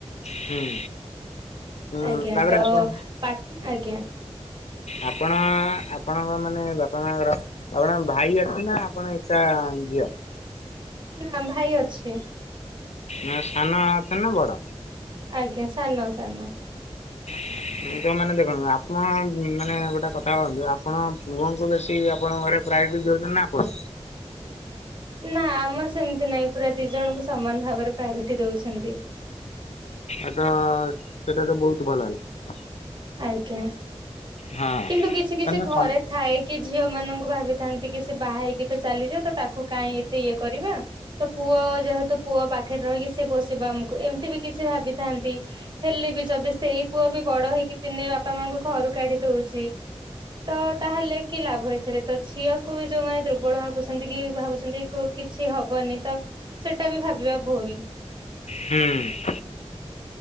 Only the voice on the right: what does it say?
ଆଜ୍ଞା
ତ
ପା ଆଜ୍ଞା।
ନା ଭାଇ ଅଛି।
ଆଜ୍ଞା ସାନ ସାନ।
ନା ଆମର ସେମିତି ନାହିଁ, ପୁରା ଦି ଜଣଙ୍କୁ ସମାନ ଭାବରେ ପ୍ରାୟୋରିଟି ଦଉଛନ୍ତି।
ଆଜ୍ଞା
କିନ୍ତୁ କିଛି କିଛି
ଘରେ
ଥାଏ, କି ଝିଅ ମାନଙ୍କୁ ଭାବିଥାନ୍ତି କି ସେ ବାହା ହେକି କିଏତ ଚାଲିଯବ ତ, ତାକୁ କାଇଁ ଏତେ ଇଏ କରିବା ତ ପୁଅ ଯେହେତୁ ପୁଅ ପାଖରେ ରହିକି ସେ ପୋସିବ ଆମକୁ, ଏମିତି ବି କିଛି ଭାବିଥାନ୍ତି। ହେଲେ ବି ଯଦି ସେଇ ପୁଅ ବି ବଡ ହେଇକି ଦିନେ ବାପା ମାଙ୍କୁ ଘରୁ କାଢି ଦଉଛି! ଛି ତ ତାହେଲେ କି ଲାଭ ଏଥେରେ ତ ଝିଅକୁ ଯୋଉ ମାନେ ଦୁର୍ବଳ ଭାବ ଭାବୁଛନ୍ତି କି ଭାବୁଛନ୍ତି କ କିଛି ହବନି ତ ସେଟା ବି ଭାବିବା ଭୁଲ।